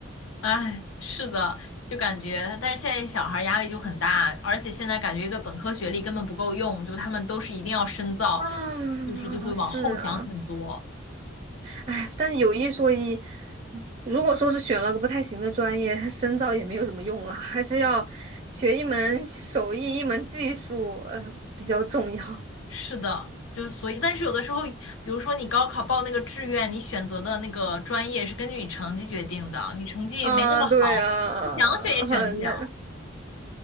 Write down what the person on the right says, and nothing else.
啊，
是啊，哎，但有一说一，嗯如果说是选了个不太行的专业，它深造也没有什么用了，还是要学一门手艺，一门技术，呃，比较重要。
啊，对啊，
<laughs> 很难，